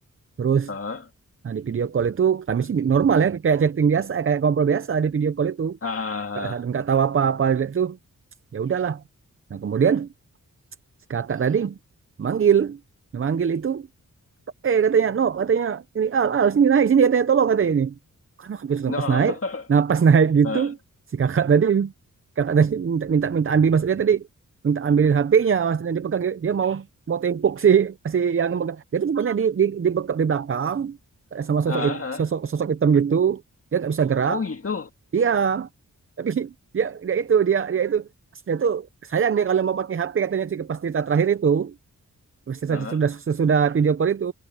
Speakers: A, on the right; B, on the left.
A: terus
B: ah,
A: nah, di video call itu kami sih normal ya kayak chatting biasa eh, kayak ngobrol biasa di video call itu
B: ah.
A: nggak nggak tahu apa-apa itu ya udahlah. Nah kemudian si kakak tadi manggil, nah, manggil itu eh katanya no katanya ini al al sini naik sini katanya tolong katanya ini karena hampir sudah
B: No.
A: pas naik nah pas naik gitu
B: <laughs> Ah,
A: si kakak tadi kakak tadi minta minta minta ambil maksudnya tadi minta ambilin HP-nya maksudnya dipegang, dia pegang dia mau mau tempuk si si yang megang. dia tuh rupanya di di di, bekap di belakang kayak sama
B: ah,
A: sosok hit-
B: ah.
A: sosok sosok hitam gitu dia nggak bisa gerak
B: Oh, gitu.
A: iya tapi dia dia itu dia dia itu dia tuh sayang dia kalau mau pakai HP katanya sih pas cerita terakhir itu sesudah
B: Ah,
A: sesudah video call itu